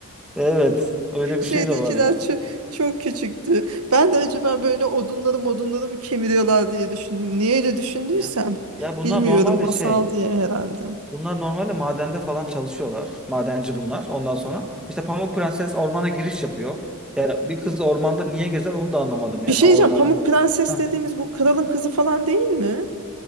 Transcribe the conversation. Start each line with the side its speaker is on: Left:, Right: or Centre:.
Centre: Evet. Öyle
Right: <laughs> Şeydekiler
Centre: bir şey de var yani.
Right: çö- çok küçüktü. Ben de acaba böyle odunları modunları mı kemiriyorlar diye düşündüm. Niye öyle düşündüysem
Centre: Ya. Ya bunlar
Right: bilmiyorum
Centre: normalde
Right: masal
Centre: şey.
Right: diye herhalde.
Centre: Bunlar normalde madende falan çalışıyorlar. Madenci bunlar. Ondan sonra işte Pamuk Prenses ormana giriş yapıyor. Yani bir kız ormanda niye gezer onu da anlamadım yani.
Right: Bir şey
Centre: Ha,
Right: diyeceğim
Centre: ormana.
Right: Pamuk Prenses
Centre: Heh.
Right: dediğimiz bu kralın kızı falan değil mi?